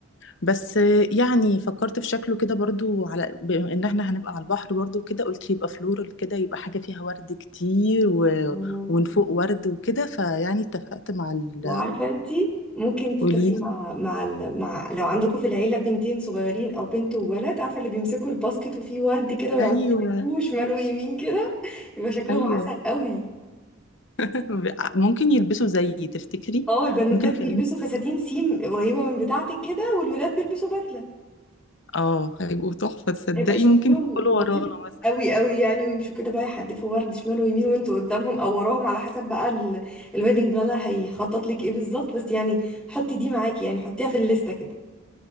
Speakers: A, on the left (about 60°); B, in the centre.
A: بس آه، يعني فكّرت في شكله كده برضه على بما إن إحنا هنبقى على البحر برضه وكده، قُلت يبقى floral كده، يبقى حاجة فيها وَرْد كتير و
B: آه.
A: ومن فوق وَرْد وكده، فيعني اتفقت مع ال
B: وعارفة انتي ممكن تتفقي
A: قولي لي.
B: مع مع ال... مع لو عندكم في العيلة بنتين صغيرين او بنت وولد عارفة اللي بيمسكوا الباسكت وفيه ورد كده ويقعدوا
A: أيوه،
B: يحتفوه شمال ويمين كده يبقى شكلهم
A: أيوه.
B: عسل قوي
A: <laughs> ب ممكن يلبسوا زيي تفتكري؟
B: اه البنوتات
A: ممكن أخلّيهم
B: بيلبسوا
A: يلبسوا
B: فساتين سيم قريبة من بتاعتك كده والولاد بيلبسوا بدلة
A: آه، هيبقوا تحفة تصدّقي
B: يبقى شكلهم
A: ممكن يدخلوا
B: لطيف
A: ورانا مثلًا.
B: قوي قوي يعني ويمشوا كده بقى يحدفوا ورد شمال ويمين وانتوا قدامهم او وراهم على حسب بقى ال... الويدنج بلانر هيخطط لك ايه بالظبط بس يعني حطي دي معاكي يعني حطيها في الليستة كده